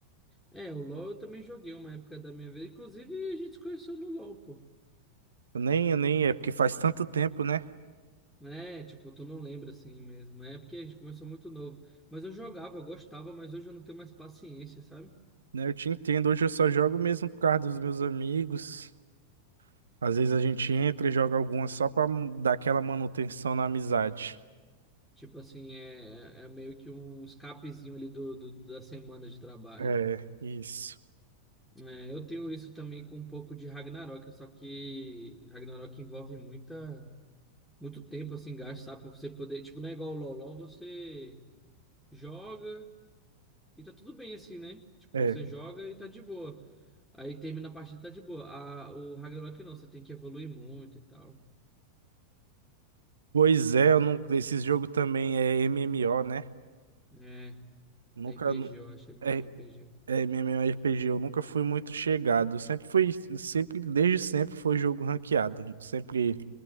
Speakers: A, in the centre; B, on the right.
A: É, o LoL eu também joguei uma época da minha vida. Inclusive, a gente se conheceu no LoL, pô.
B: Eu nem, eu nem, é porque faz tanto tempo, né?
A: É, tipo, tu não lembra assim mesmo. É porque a gente começou muito novo. Mas eu jogava, eu gostava, mas hoje eu não tenho mais paciência, sabe?
B: Né, Eu te entendo. Hoje eu só jogo mesmo por causa dos meus amigos. Às vezes a gente entra e joga alguma só pra dar aquela manutenção na amizade.
A: Tipo assim, é, é meio que um escapezinho ali do, do- da semana de trabalho.
B: É, isso.
A: É, eu tenho isso também com um pouco de Ragnarok, só que Ragnarok envolve muita, muito tempo assim, gasto, sabe? Pra você poder, tipo, não é igual o LoL, LoL você joga e tá tudo bem assim, né? Tipo,
B: É.
A: você joga e tá de boa. Aí termina a partida e tá de boa. A, o Ragnarok não, você tem que evoluir muito e tal.
B: Pois é, eu nunca, esse jogo também é MMO, né?
A: É,
B: Nunca.
A: RPG,
B: nu-
A: eu acho, é MMORPG.
B: É, é MMORPG, eu nunca fui muito chegado. Sempre fui, sempre, desde sempre foi jogo ranqueado. Sempre